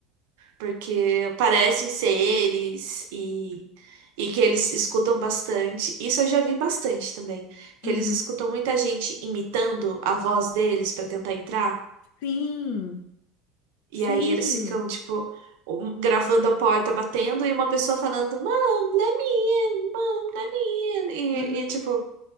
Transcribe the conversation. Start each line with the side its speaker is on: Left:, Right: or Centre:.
Right: porque parecem seres e, e que eles escutam bastante. Isso eu já vi bastante também, que
Left: Uhum.
Right: eles escutam muita gente imitando a voz deles para tentar entrar,
Left: Sim,
Right: e
Left: sim.
Right: aí eles ficam, tipo, um- gravando a porta batendo e uma pessoa falando, Mom, let me in, Mom, let me in,
Left: Uhum.
Right: e, e tipo...